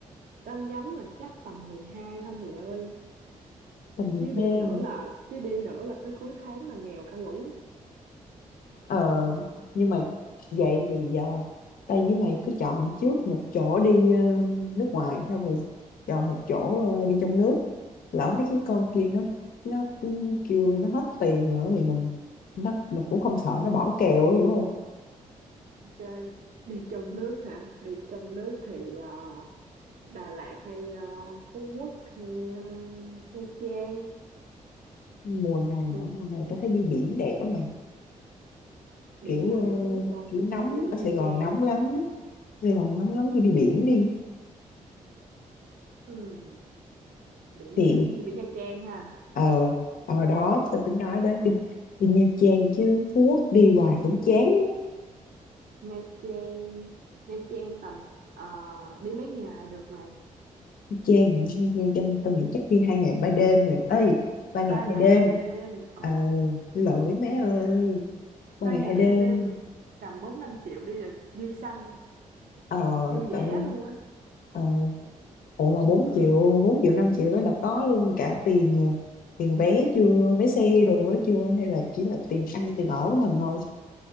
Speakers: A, on the right (about 65°); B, on the left (about 70°).
A: tao nhắm là chắc tầm 12 thôi mày ơi.
B: tầm 12
A: chứ đi nữa
B: nữa.
A: là chứ đi nữa là tới cuối tháng là nghèo cả lũ
B: ờ nhưng mà vậy thì giờ tao với mày cứ chọn trước một chỗ đi ờ, nước ngoài xong rồi chọn một chỗ ờ, đi trong nước lỡ mấy cái con kia nó nó ừ, kêu nó hết tiền rồi thì mình nó mình cũng không sợ nó bỏ kèo ấy, hiểu không
A: Ok. đi trong nước hả đi trong nước thì ờ, Đà Lạt hay ờ, Phú Quốc hay ờ, Nha Trang
B: mùa này hả?
A: ừ.
B: mùa này tao thấy đi biển đẹp lắm mày
A: biển
B: kiểu
A: hả
B: ờ,
A: biển Phú Quốc không
B: kiểu
A: hay
B: nóng
A: mình muốn biển
B: ở Sài
A: Nha
B: Gòn
A: Trang
B: nóng lắm Sài Gòn nóng lắm cứ đi biển đi
A: ừ. biển
B: thì
A: hả đi biển Nha Trang ha
B: ờ ở đó tao tính nói đó đi, đi Nha Trang chứ Phú Quốc đi hoài
A: ừ.
B: cũng chán á.
A: Nha Trang Nha Trang tầm ờ, đi mấy ngày được mày
B: Nha Trang hả Nha Nha Trang trong tao nghĩ chắc đi hai ngày ba đêm rồi ơi ba ngày
A: ba ngày
B: hai đêm
A: hai đêm ờ
B: ờ lỗi mấy
A: ba
B: ơi
A: ngày
B: ba
A: ba
B: ngày
A: ngày
B: hai đêm
A: hai đêm là tầm bốn năm triệu đi là dư xăng
B: ờ
A: vui
B: tao
A: vẻ luôn á
B: ờ Ủa mà bốn
A: ừ
B: triệu, 4 triệu 5 triệu đó là có luôn cả tiền ờ, tiền vé chưa, vé xe đồ ấy chưa hay là chỉ là tiền ăn tiền ở của mình thôi.